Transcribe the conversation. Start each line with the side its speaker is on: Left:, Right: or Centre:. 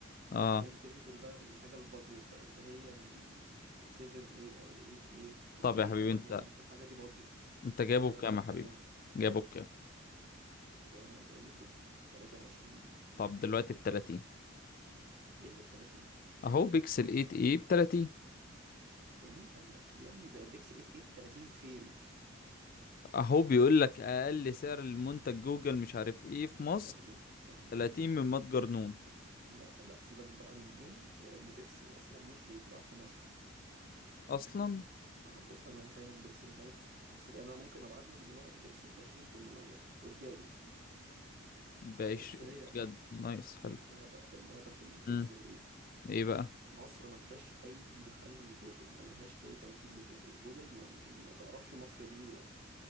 Left: اه
Right: بعدين تنزل بقى بالحاجه البادجت بقى اللي هي ال 7 ايه او ال 8 ايه ال
Left: طب
Right: 8
Left: يا حبيبي
Right: ده معناه
Left: انت
Right: ان ده الحاجه دي بادجت
Left: انت جايبه
Right: حاجه
Left: بكام
Right: في الحنايه
Left: يا حبيبي جايبه بكام
Right: ده انا جايبه ب 23
Left: طب دلوقتي ب 30
Right: ايه اللي ب 30
Left: اهو بيكسل 8 ايه ب 30
Right: ده مين قال لك يا ابني ده بيكسل 8 ايه ب 30 فين
Left: اهو بيقول لك اقل سعر المنتج جوجل مش عارف ايه في مصر
Right: صاحبي صاحبي
Left: 30
Right: ماشي
Left: من متجر نون
Right: ما لا سيبك بقى من نون لان بيكسل اصلا مش بيتباع في مصر
Left: اصلا
Right: ما هو بص انا فاهمك بيكسل ده قصة يعني انا ممكن ابعت لك دلوقتي بيكسل ب 20 800 قدامي
Left: ب 20
Right: بس هي
Left: بجد نايس حلو
Right: اللعبة اللعبة في البيكسل
Left: امم
Right: ايه
Left: ايه بقى
Right: مصر ما فيهاش اي محل لجوجل ما لهاش اي توكيل لجوجل جوجل ما ما تعرفش مصر دي ايه اصلا